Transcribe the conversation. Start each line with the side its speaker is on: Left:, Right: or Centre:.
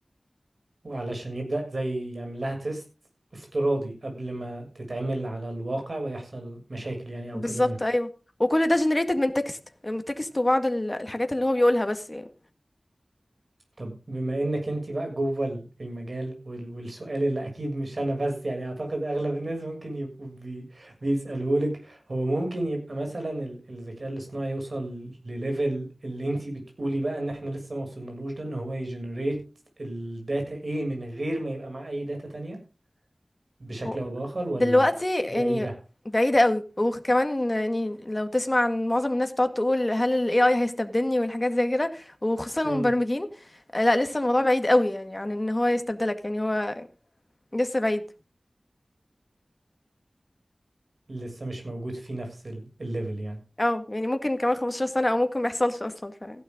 Right: وعلشان يبدأ زي يعمل لها تيست افتراضي قبل ما تتعمل على الواقع ويحصل مشاكل يعني أو
Left: بالظبط
Right: كده منها
Left: ايوه وكل ده generated من تكست من تكست وبعض ال- الحاجات اللي هو بيقولها بس يعني
Right: طب بما انك انت بقى جوه ال- المجال وال- والسؤال اللي اكيد مش انا بس يعني اعتقد اغلب الناس ممكن يبقوا بي بيسألوه لك هو ممكن يبقى مثلا ال- الذكاء الاصطناعي يوصل لليفل اللي انت بتقولي بقى ان احنا لسه ما وصلنالوش ده ان هو يجنريت الداتا ايه من غير ما يبقى معاه اي داتا تانية بشكل
Left: هو
Right: او باخر ولا
Left: دلوقتي يعني
Right: بعيدة
Left: بعيدة قوي وكمان يعني لو تسمع عن معظم الناس بتقعد تقول هل ال AI هيستبدلني والحاجات زي كده وخصوصا المبرمجين
Right: مم.
Left: آه، لا لسه الموضوع بعيد قوي يعني عن ان هو يستبدلك يعني هو لسه بعيد
Right: لسه مش موجود في نفس ال- الليفل يعني
Left: اه يعني ممكن كمان 15 سنة او ممكن ما يحصلش اصلا ف